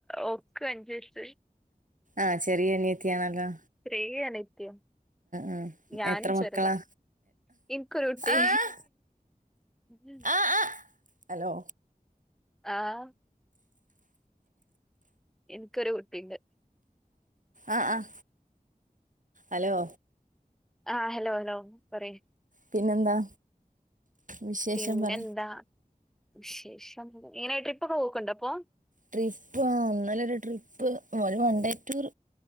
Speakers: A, in the centre; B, on the right (about 60°).
A: ഓക്ക് അഞ്ജയസായി.
B: ആഹ് ചെറിയനീത്തിയാണല്ലോ
A: റീ അനൈത്യം.
B: ആഹ്
A: ഞാന്
B: എത്ര
A: ചെറുതാ
B: മക്കളാ?
A: എനിക്കൊരു കുട്ടി.
B: ആഹ്
A: ഉം.
B: ആഹ് ആഹ് ഹലോ.
A: ആഹ്. ക്ക് ഒരുട്ടീണ്ട്.
B: ആഹ ആഹ അലോ.
A: ആഹ ഹലോ ഹലോ പറി.
B: പിന്നെന്താ. വിശേഷം
A: പിന്നെന്താ
B: പറ
A: വിശേഷം ഇങ്ങനെ ട്രിപ്പ ഒക്കെ പോക്ക്ണ്ടോ അപ്പോ.
B: ട്രിപ്പ് ആ ന്നല ഒരു ട്രിപ്പ് ഒരു വൺ ഡേ ടൂർ